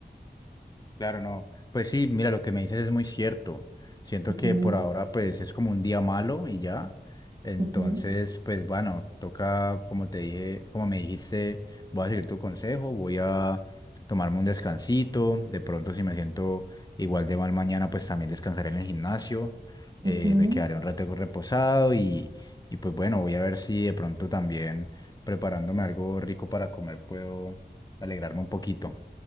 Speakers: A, on the left; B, on the right.
A: Claro, no. Pues sí, mira, lo que me dices es muy cierto. Siento
B: Ujú,
A: que por ahora pues es como un día malo y ya. Entonces,
B: ujú,
A: pues bueno, toca, como te dije, como me dijiste, voy a seguir tu consejo, voy a tomarme un descansito. De pronto, si me siento igual de mal mañana, pues también descansaré en el gimnasio. Eh,
B: ujú.
A: me quedaré un rato reposado y, y pues bueno, voy a ver si de pronto también preparándome algo rico para comer puedo alegrarme un poquito.